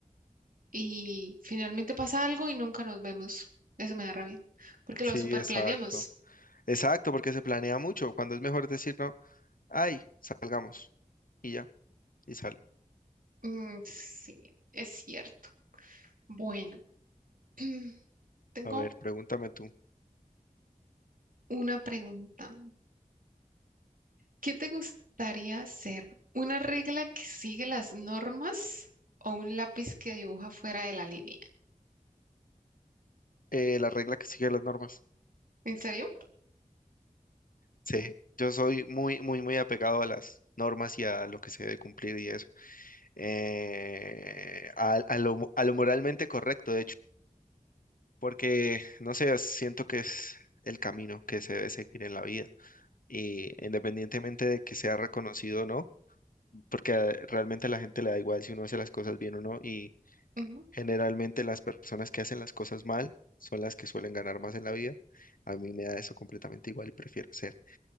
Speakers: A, on the right; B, on the left.
A: y finalmente pasa algo y nunca nos vemos. Eso me da rabia, porque
B: Sí,
A: lo super
B: exacto.
A: planeamos.
B: Exacto, porque se planea mucho. Cuando es mejor decir, no, ay, salgamos y ya. y sal
A: Mm, sí, es cierto. Bueno. <clears throat> Tengo
B: A ver, pregúntame tú.
A: una pregunta. ¿Qué te gustaría ser? ¿Una regla que sigue las normas o un lápiz que dibuja fuera de la línea?
B: Eh, la regla que sigue las normas.
A: ¿En serio?
B: Sí, yo soy muy, muy, muy apegado a las normas y a lo que se debe cumplir y eso. Eh, a, a lo, mo- a lo moralmente correcto, de hecho, porque, no sé, siento que es el camino que se debe seguir en la vida. Y independientemente de que sea reconocido o no, porque eh, realmente a la gente le da igual si uno hace las cosas bien o no. y
A: Ujú.
B: Generalmente las personas que hacen las cosas mal son las que suelen ganar más en la vida. A mí me da eso completamente igual y prefiero ser